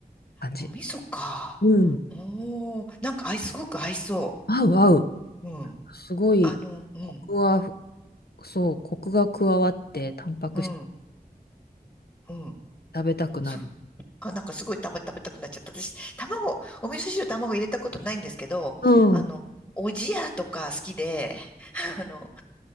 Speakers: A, on the left; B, on the left.
A: 感じ。
B: お味噌か。
A: うん。
B: おー、なんか合い、すごく合いそ
A: 合う合う。
B: う。うん。
A: すごい、
B: あの、うん、
A: コクは、そう、コクが加わって、タンパク質
B: うん、うん。
A: 食べたくなる。
B: そ、あ、なんかすごいたま、食べたくなっちゃった。私、卵、お味噌汁卵入れたことないんですけど、
A: うん。
B: あの、おじやとか好きで、<laughs> あの、